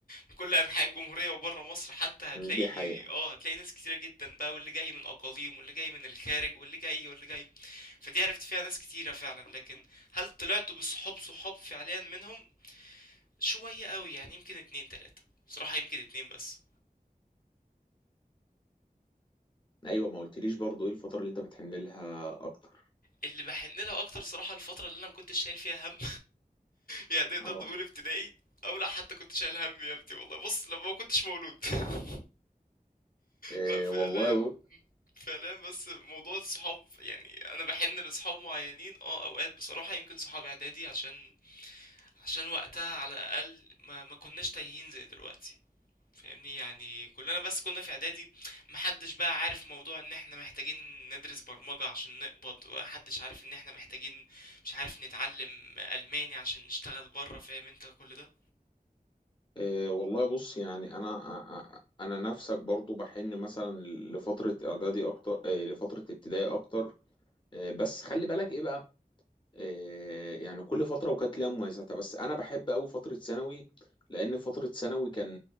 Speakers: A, on the left; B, on the left.
A: من كل أنحاء الجمهورية وبره مصر حتى هتلاقي
B: مم، دي حقيقة
A: اه هتلاقي ناس كتيرة جدا بقى واللي جاي من أقاليم واللي جاي من الخارج واللي جاي واللي جاي فدي عرفت فيها ناس كتيرة فعلا لكن هل طلعت بصحاب صحاب فعليا منهم شوية قوي يعني يمكن اتنين تلاتة بصراحة يمكن اتنين بس
B: ايوه ما قلتليش برضو ايه الفترة اللي انت بتحن لها اكتر
A: اللي بحن لها أكتر صراحة الفترة اللي أنا مكنتش شايل فيها هم يعني نقدر
B: اه
A: نقول ابتدائي او لا حتى كنت شايل هم يا ابني والله بص لما ما كنتش مولود <laughs>
B: آه،
A: لا فعليا
B: والله بص
A: فعليا بس موضوع الصحاب يعني انا بحن لصحاب معينين اه اوقات بصراحة يمكن صحاب اعدادي عشان عشان وقتها على الاقل ما ما كناش تايهين زي دلوقتي فاهمني يعني كلنا بس كنا في اعدادي محدش بقى عارف موضوع ان احنا محتاجين ندرس برمجة عشان نقبض ومحدش عارف ان احنا محتاجين مش عارف نتعلم الماني عشان نشتغل بره فاهم انت كل ده
B: آه، والله بص يعني انا آه، آه، انا نفسك برضو بحن مثلا لفترة اعدادي اكتر آه، لفترة ابتدائي اكتر آه، بس خلي بالك ايه بقى إيه، يعني كل فترة وكانت ليها مميزاتها بس أنا بحب أوي فترة ثانوي لأن فترة ثانوي كان